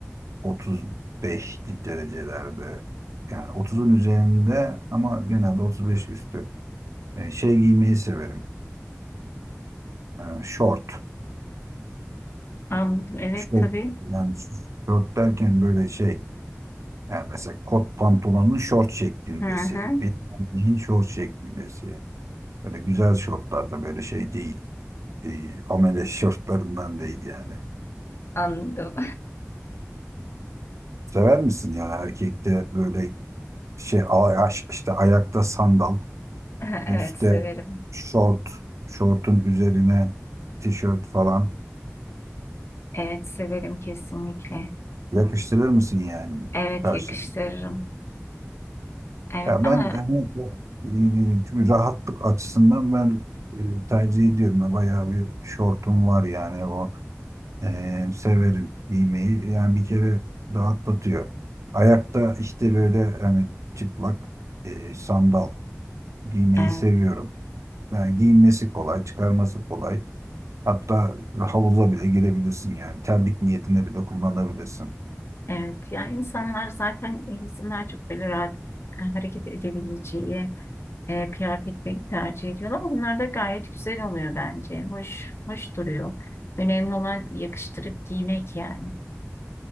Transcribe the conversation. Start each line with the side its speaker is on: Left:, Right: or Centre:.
Right: 35 derecelerde yani 30'un üzerinde ama genelde 35 üstü. E, şey giymeyi severim. E, short.
Left: Anladım. Evet
Right: Short,
Left: tabii.
Right: yani short derken böyle şey. Yani mesela kot pantolonun short şeklindesi.
Left: Hı hı.
Right: Bir jean short şeklindesi. Böyle güzel şortlar da böyle şey değil. E, amele şortlarından değil yani.
Left: <laughs> Anladım.
Right: Sever misin yani erkekte böyle şey a- aş- işte ayakta sandal,
Left: <laughs> Ha,
Right: üstte
Left: Evet severim.
Right: short, şortun üzerine tişört falan
Left: Evet severim kesinlikle.
Right: yakıştırır mısın yani
Left: Evet
Right: karşı?
Left: yakıştırırım. Evet
Right: Ya
Left: ama
Right: ben hani, e, rahatlık açısından ben e, tercih ediyorum. Ya Bayağı bir şortum var yani o e, severim giymeyi. Yani bir kere rahatlatıyor. Ayakta işte böyle hani çıplak e, sandal giymeyi
Left: evet
Right: seviyorum. Yani giyinmesi kolay, çıkarması kolay. Hatta havuza bile girebilirsin yani. Terlik niyetine bile kullanabilirsin.
Left: evet ya insanlar zaten e, insanlar çok böyle rahat e, hareket edebileceği e, kıyafetleri tercih ediyorlar. Bunlar da gayet güzel oluyor bence. Hoş hoş duruyor. Önemli olan yakıştırıp giymek yani.